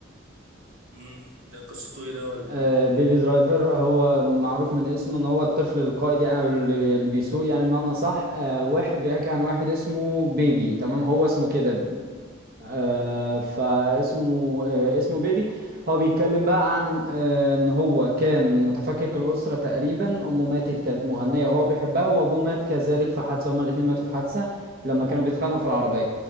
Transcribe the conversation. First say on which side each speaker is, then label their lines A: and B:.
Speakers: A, on the right (about 85°); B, on the right (about 45°).
A: امم ده قصته ايه ده ولا
B: آه، بيبي درايفر هو معروف من اسمه ان هو الطفل القائد يعني او اللي اللي بيسوق يعني بمعنى صح آه، واحد بيحكي عن واحد اسمه بيبي تمام هو اسمه كده آه، فاسمه آه، اسمه بيبي هو بيتكلم بقى عن آه، ان هو كان متفكك الاسره تقريبا امه ماتت كانت مغنيه وهو بيحبها وابوه مات كذلك في حادثه هما الاتنين ماتوا في حادثه لما كانوا بيتخانقوا في
A: مم.
B: العربيه